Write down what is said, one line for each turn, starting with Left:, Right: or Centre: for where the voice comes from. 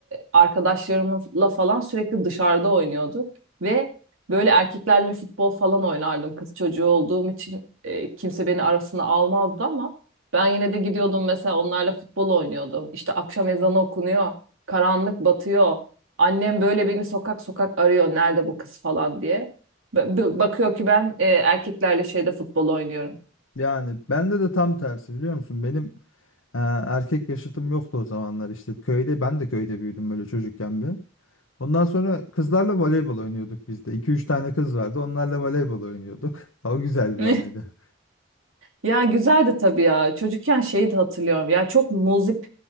Right: arkadaşlarımızla falan sürekli dışarıda oynuyorduk. Ve böyle erkeklerle futbol falan oynardım. Kız çocuğu olduğum için e, kimse beni arasına almazdı ama ben yine de gidiyordum mesela onlarla futbol oynuyordum. İşte akşam ezanı okunuyor. Karanlık batıyor. Annem böyle beni sokak sokak arıyor. Nerede bu kız falan diye. Ba- Bakıyor ki ben e, erkeklerle şeyde futbol oynuyorum.
Left: yani bende de tam tersi biliyor musun? Benim eee, erkek yaşıtım yoktu o zamanlar işte. Köyde ben de köyde büyüdüm böyle çocukken bir. Ondan sonra kızlarla voleybol oynuyorduk biz de. 2 üç tane kız vardı. Onlarla voleybol oynuyorduk. <laughs> O güzel
Right: <laughs>
Left: bir anıydı.
Right: Ya güzeldi tabii ya. Çocukken şeyi de hatırlıyorum. Ya çok muzip